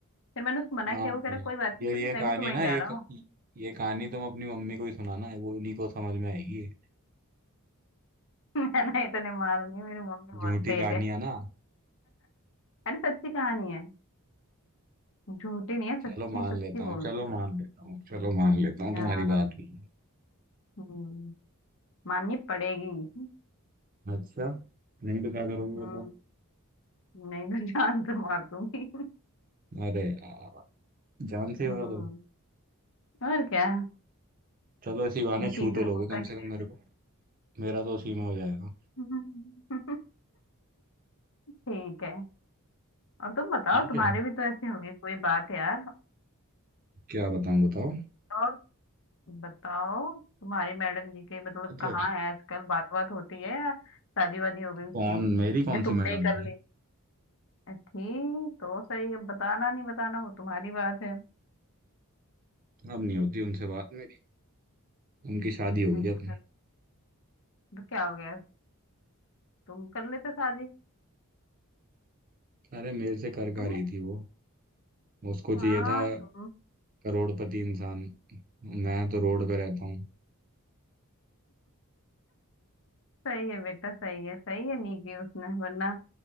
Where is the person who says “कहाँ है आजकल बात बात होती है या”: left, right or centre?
Left